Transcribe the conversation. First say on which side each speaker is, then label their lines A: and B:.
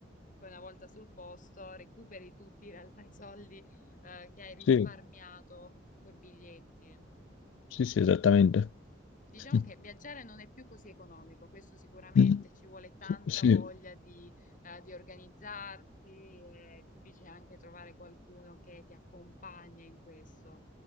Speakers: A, on the left; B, on the left.
A: poi una volta sul posto recuperi tutti in realtà i soldi eh, che hai risparmiato
B: sì,
A: coi biglietti.
B: sì, sì, esattamente.
A: Diciamo
B: <laughs>
A: che viaggiare non è più così economico, questo sicuramente
B: Mm.
A: ci vuole tanta
B: Sì,
A: voglia di, eh, di organizzarsi, è difficile anche trovare qualcuno che ti accompagna in questo.